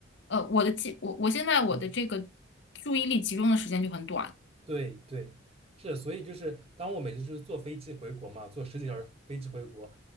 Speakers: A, on the left; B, on the right.
A: 呃，我的记我我现在我的这个
B: 嗯。
A: 注意力集中的时间就很短
B: 对对，是，所以就是当我每次就是坐飞机回国嘛，坐十几个小时飞机回国，